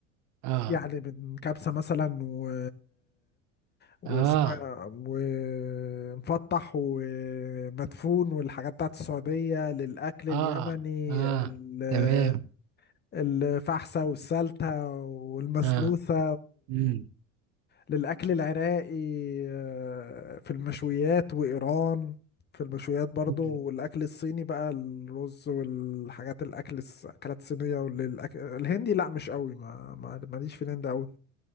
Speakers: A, on the right; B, on the left.
A: اه
B: يعني من كبسة مثلا و واسمها
A: اه
B: ومفتح ومدفون والحاجات بتاعت السعودية للأكل اليمني
A: اه اه
B: ال-
A: تمام
B: الفحسة والسلتة والمسلوسة
A: اه امم
B: للأكل العراقي آه، في المشويات وإيران في المشويات برضو
A: امم
B: والأكل الصيني بقى الرز والحاجات الأكل الس- الأكلات الصينية والأكل الهندي لأ مش قوي ما ما- ماليش في الهند قوي